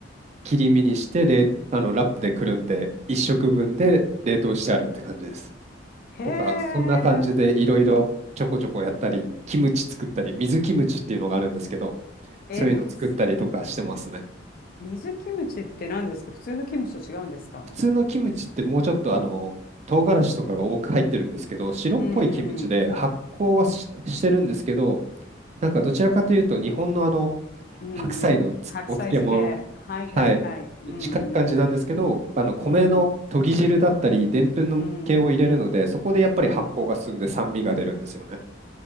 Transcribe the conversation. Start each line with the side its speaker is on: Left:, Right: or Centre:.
Right: 切り身にして、冷あの、ラップでくるんで、一食分で冷凍してあるって感じです。
Left: へえ。
Right: とか、そんな感じでいろいろちょこちょこやったり、キムチ作ったり、水キムチっていうのがあるんですけど、
Left: えー、
Right: そういうの作ったりとかしてますね。
Left: す水キムチって何ですか普通のキムチと違うんですか
Right: 普通のキムチってもうちょっとあの、唐辛子とかが多く入ってるんですけど、白っぽいキムチで発酵はし、
Left: うんうん。
Right: してるんですけど、なんかどちらかというと日本のあの、
Left: うんうん。
Right: 白菜のつお漬物、
Left: 白菜漬け。はいはいはい。
Right: はい、
Left: うんうん
Right: に近い感じなんですけど、あの米の研ぎ汁だったり、
Left: うん。
Right: でんぷんの系を入れるので、
Left: うん。
Right: そこでやっぱり発酵が進んで酸味が出るんですよね。
Left: うん。